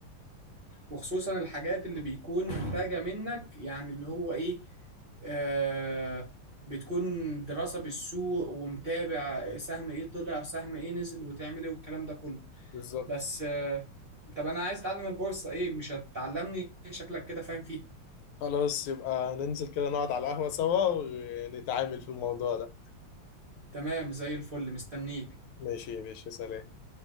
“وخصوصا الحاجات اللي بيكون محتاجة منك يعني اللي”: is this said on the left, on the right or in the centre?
Right